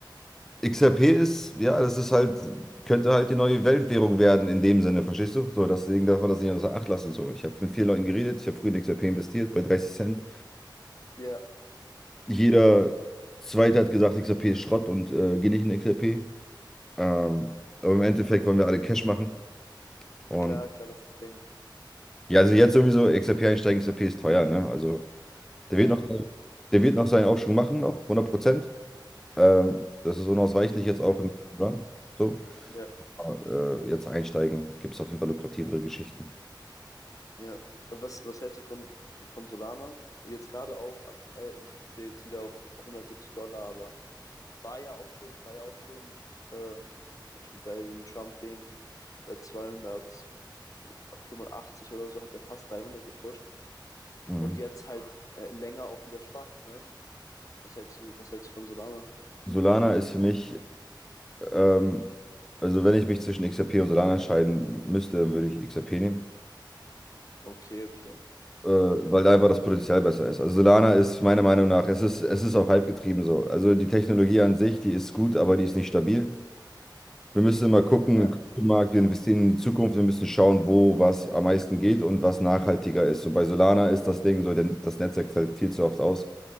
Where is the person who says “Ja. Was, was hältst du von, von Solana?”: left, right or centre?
Left